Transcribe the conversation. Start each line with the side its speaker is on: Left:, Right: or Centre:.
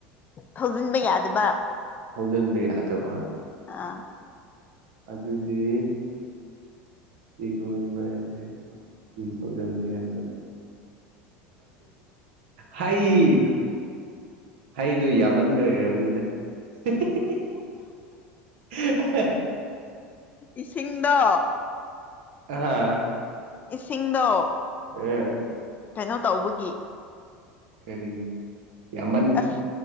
Left: ꯊꯧꯖꯤꯟꯕ ꯌꯥꯗꯕ
Right: ꯊꯧꯖꯤꯟꯕ ꯌꯥꯗꯕ
Left: ꯑꯥ
Right: ꯑꯗꯨꯗꯤ ꯏꯔꯣꯏꯕ ꯍꯩꯕ ꯃꯤ ꯊꯧꯖꯤꯟꯕ ꯌꯥꯗꯕ ꯍꯩ ꯍꯩꯗꯣ ꯌꯥꯝꯃꯟꯕꯩ ꯑꯣꯏꯔꯝꯅꯤꯗ ꯍꯤ ꯍꯤ <unintelligible>
Left: ꯏꯁꯤꯡꯗꯣ
Right: ꯑꯍꯥꯥ
Left: ꯏꯁꯤꯡꯗꯣ
Right: ꯑꯥ
Left: ꯀꯩꯅꯣ ꯇꯧꯕꯒꯤ
Right: ꯀꯔꯤ ꯌꯥꯝꯃꯟ
Left: ꯑꯁ